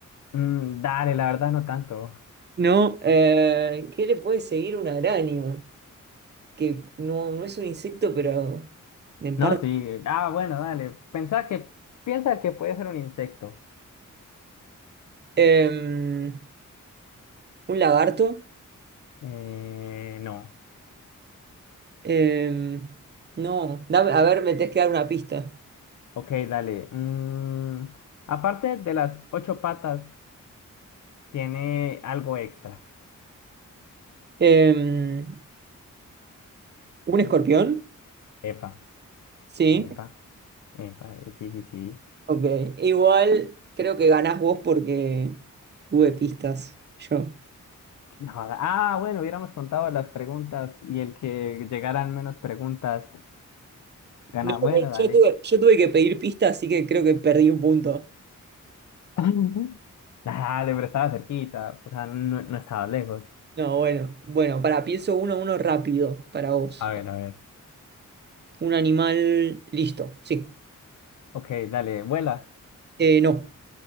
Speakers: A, on the left; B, on the right.
A: Mm, dale, la verdad no tanto.
B: No, eh, ¿qué le puede seguir una araña? que no, no es un insecto, pero en
A: No,
B: parte.
A: sí. Ah, bueno, dale. Pensá que, piensa que puede ser un insecto.
B: Em, un lagarto.
A: Eh, no.
B: Em, no, dame- a ver, me tenés que dar una pista.
A: Ok, dale. Mm, aparte de las ocho patas, tiene algo extra.
B: Em, un escorpión.
A: Epa,
B: Sí,
A: epa, epa, eh, sí, sí, sí.
B: ok. Igual creo que ganás vos porque tuve pistas. Yo.
A: No, da- ah, bueno, hubiéramos contado las preguntas y el que llegaran menos preguntas gana.
B: No,
A: Bueno, dale.
B: yo tuve, yo tuve que pedir pistas, así que creo que perdí un punto.
A: <laughs> Dale, pero estaba cerquita, o sea, no, no estaba lejos.
B: No, bueno, bueno, para, pienso uno, uno rápido para vos.
A: A ver, a ver.
B: Un animal, listo, sí.
A: Ok, dale, vuela.
B: Eh, no.